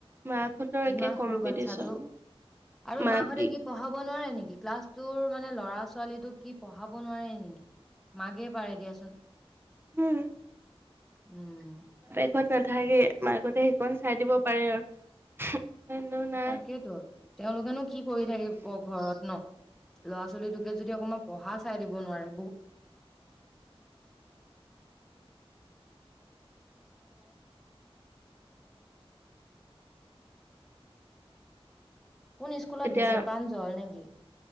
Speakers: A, on the right (about 20°); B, in the centre.
A: মাকহঁতৰ
B: ইমান
A: একে কম্পিটিচন
B: সৰু বাচ্ছাটো আৰু
A: মাক
B: মাকহঁতে
A: ই
B: কি পঢ়াব নোৱাৰে নেকি। ক্লাছ। তোৰ মানে ল'ৰা ছোৱালী তোক কি পঢ়াব নোৱাৰে নেকি মাকে। পাৰে দিয়াচোন।
A: হুম
B: উম
A: ঘৰত নাথাকে মাকতে সিকন চাই দিব পাৰে আৰু। কিন্তু নাই
B: তাকেইতো তেওঁলোকেনো কি কৰি থাকিব ঘৰত ন। ল'ৰা ছোৱালী টোকে যদি অকণমান পঢ়া। চাই দিব নোৱাৰে। কোন স্কুলত
A: এতিয়া
B: দিছে প্ৰাঞ্জল নেকি?